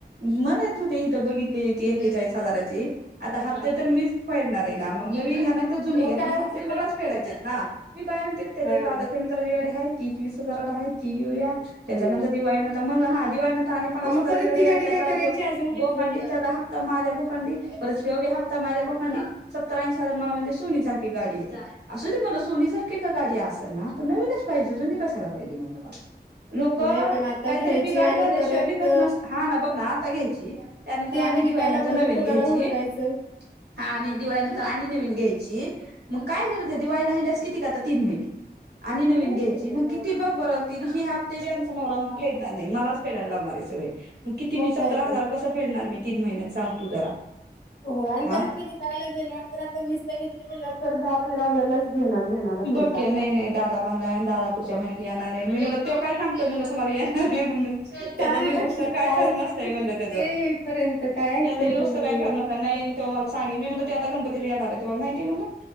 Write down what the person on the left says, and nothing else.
मग काय
होत
होतं
हा
हम्म
मग
परत
ती गाडी
काय करायची अजून घेतलेली
नाही पण आता घ्यायची
आणि
परत
ती
विकायला
परत
कोणाला
हुडकायचं
तीनच
महिने हो
काय तर
हो आणि
परत ते विकायला गेल तर आता वीस ब घेतली म्ह ल परत दहा पंधरा हजारलाच नगेन ना आ प पुचयता
काय
लक्ष
तिथे
खुलीच
ते
येईपर्यंत काय ऐकताय
तुम्ही